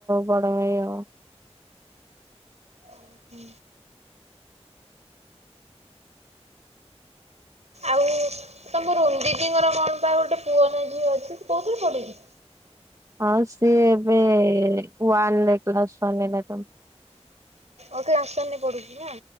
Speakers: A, on the right; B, on the right.
A: ବଡ ଭାଇ ହବ।
B: ହୁଁ। ଆଉ ତମ ରୁନ ଦିଦିଙ୍କର କଣ ପା ଗୋଟେ ପୁଅ ନା ଝିଅ ଅଛି ସେ କୋଉଥରେ ପଢୁଚି?
A: ହଁ ସିଏ ଏବେ ୱାନ ରେ କ୍ଲାସ ୱାନ ରେ ହେଲା ତାର।
B: ଓ କ୍ଲାସ ୱାନରେ ପଢୁଛି ନା।